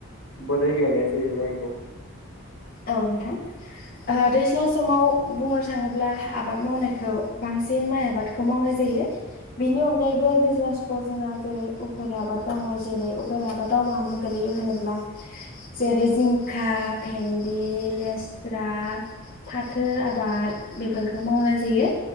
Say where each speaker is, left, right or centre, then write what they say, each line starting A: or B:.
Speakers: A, on the left (about 70°); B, on the left (about 45°).
A: बोरै गायनाय जायो माइखौ
B: औ नोंथां दैज्लां समाव बुंनो थाङोब्ला आबाद मावनायखौ बांसिन माइ आबादखौ मावनाय जायो बेनि अनगायैबो दैज्लां समाव जोंना जेरै उफेर आबाद दङ जेरै उफेर आबादाव मा मा गोलैयो होनोब्ला जेरै जिंखा भेन दि लेस्रा फाथो आबाद बेफोरखौ मावनाय जायो